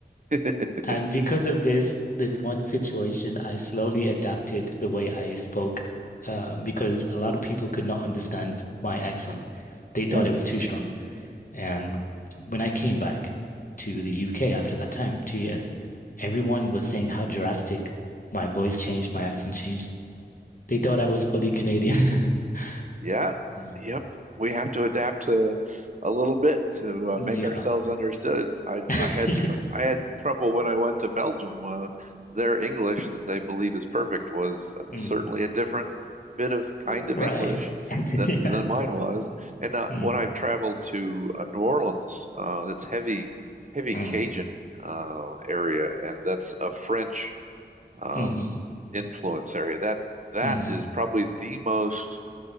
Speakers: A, on the right; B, on the left.
A: <laughs>
B: And because of this, this one situation, I slowly adapted the way I spoke, um, because a lot of people could not understand my accent.
A: Uh-huh.
B: They thought
A: Yeah.
B: it was too strong. And when I came back to the UK after that time, two years, everyone was saying how drastic my voice changed, my accent changed. They thought I was fully Canadian. <laughs>
A: Yeah,
B: Mm.
A: yep. We have to adapt to a little bit to
B: Yeah.
A: uh, make ourselves understood. I
B: <laughs>
A: I had
B: Yeah.
A: tr I had trouble when I went to Belgium. Uh, their English that they believe is perfect was uh, certainly
B: Mm.
A: a different bit of kind
B: Right.
A: of English
B: <laughs>
A: than
B: Yeah.
A: than mine was. And uh,
B: Mm.
A: when I've traveled to uh, New Orleans, uh, that's heavy heavy
B: Mm.
A: Cajun uh, area, and that's a French um,
B: Mm-hmm.
A: influence area. That that
B: Mm-hmm.
A: is probably the most